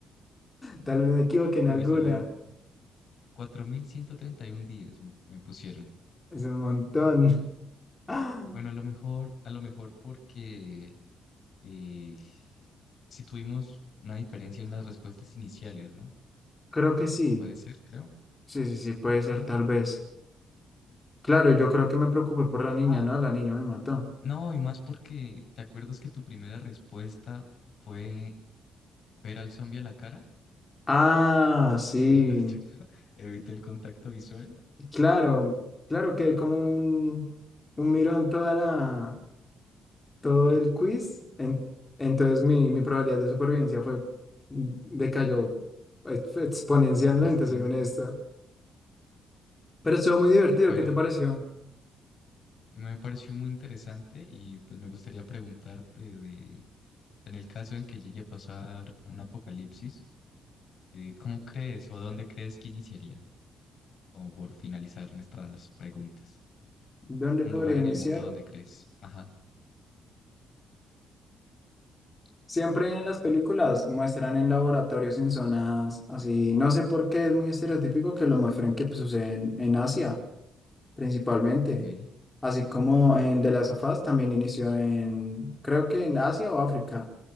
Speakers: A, on the left; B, on the left.
A: Tal vez me equivoqué en
B: sí
A: alguna.
B: me salió 4.131 días, me, me pusieron.
A: Es un montón. <gasps> <laughs> Ah,
B: Bueno, a lo mejor, a lo mejor porque eh, si tuvimos una diferencia en las respuestas iniciales, ¿no?
A: creo que sí.
B: Puede ser, creo.
A: Sí, sí, sí, puede ser tal vez. Claro, yo creo que me preocupé por la niña,
B: Ah,
A: ¿no? La niña me mató.
B: No, y más porque, ¿te acuerdas que tu primera respuesta fue ver al zombie a la cara?
A: Ah, sí.
B: Mientras te- <laughs> evita el contacto visual.
A: Claro, claro que como un, un mirón toda la, todo
B: <laughs>
A: el quiz. en- entonces mi, mi probabilidad de supervivencia fue, decayó ex- exponencialmente
B: Yo bastante.
A: según esto. Pero estuvo muy divertido,
B: Pero
A: ¿qué te pareció?
B: me pareció muy interesante y pues me gustaría preguntarte de, o sea, en el caso en que llegue a pasar un apocalipsis, eh, ¿cómo crees o dónde crees que iniciaría? Como por finalizar nuestras preguntas.
A: ¿Dónde
B: Un
A: podría
B: lugar en
A: iniciar?
B: el mundo donde crees. Ajá.
A: Siempre en las películas muestran en laboratorios, en zonas así. No sé por qué es muy estereotípico que lo muestren que pues, sucede en en Asia. principalmente.
B: ok.
A: Así como en The Last of Us también inició en, creo que en Asia o África,